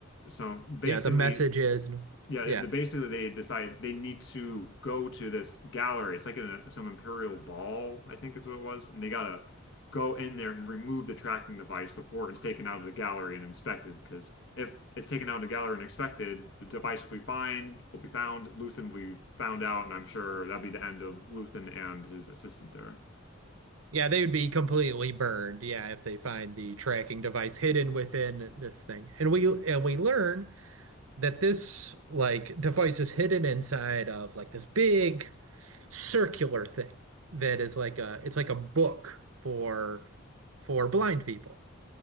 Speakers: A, on the left (about 60°); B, on the right (about 85°).
A: So basically,
B: Yeah, the message is
A: yeah, yeah,
B: yeah.
A: they- basically they decide they need to go to this gallery. It's like in a, some imperial ball, I think is what it was, and they gotta go in there and remove the tracking device before it's taken out of the gallery and inspected. Because if it's taken out of the gallery and inspected, the device will be find will be found, Luthen will be found out, and I'm sure that'll be the end of Luthen and his assistant there.
B: Yeah, they would be completely burned, yeah, if they find the tracking device hidden within this thing. And we and we learn that this like device is hidden inside of like this big circular thing that is like a it's like a book for for blind people.